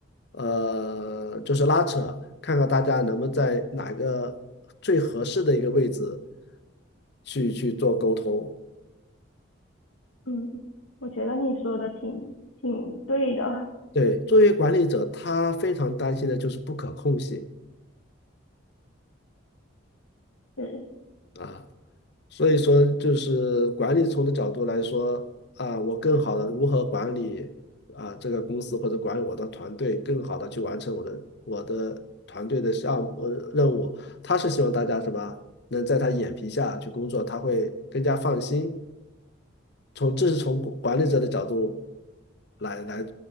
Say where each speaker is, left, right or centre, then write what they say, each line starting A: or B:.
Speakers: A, on the left; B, on the left.
A: 呃，就是拉扯，看看大家能不能在哪个最合适的一个位置去去做沟通。
B: 嗯，我觉得你说的挺挺对的，
A: 对，作为管理者，他非常担心的就是不可控性
B: <laughs> 是
A: 啊，所以说就是管理层的角度来说啊，我更好的如何管理啊这个公司或者管理我的团队，更好的去完成我的我的团队的项目呃任务。他是希望大家什么能在他眼皮下去工作，他会更加放心从这是从管管理者的角度来来